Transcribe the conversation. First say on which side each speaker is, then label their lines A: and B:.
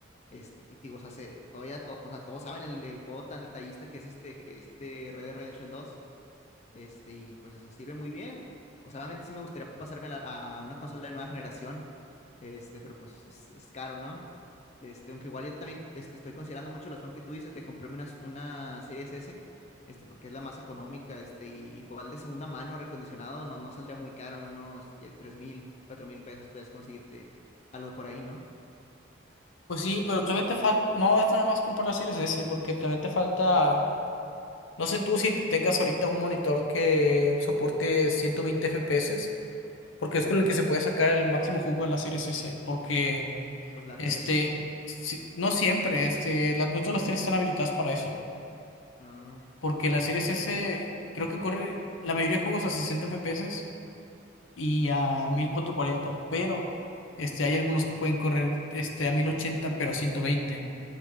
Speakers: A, on the left (about 35°); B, on the left (about 80°).
A: Este, y te digo, o sea, se- todavía to- o sea, todos saben el, el juego tan detallista que es este, este Red Dead Redemption dos Este, y pues, o sea, sirve muy bien. O sea, obviamente sí me gustaría pasarme a, la- a una consola de nueva generación. Este, pero pues es, es caro, ¿no? Este, aunque igual yo también este, estoy considerando mucho la opción que tú dices de comprarme una, una Series S, este, porque es la más económica, este, y igual de segunda mano, recondicionado, no, no saldría muy caro, en unos tres mil, cuatro mil pesos puedes conseguirte algo por ahí, ¿no?
B: Pues sí, pero todavía te falta, no es nada más comprar la Series S, porque también te falta, no sé tú si tengas ahorita un monitor que soporte 120 FPS, porque es con el que se puede sacar el máximo jugo a la Series S, porque
A: Pues la
B: este,
A: tele.
B: si- no siempre, este, las, no todas las series están habilitadas para eso,
A: ah,
B: porque la Series S creo que corre la mayoría de juegos a 60 FPS y a mil cuatrocientos cuarenta pero este, hay algunos que pueden correr este, a 1080 pero a ciento veinte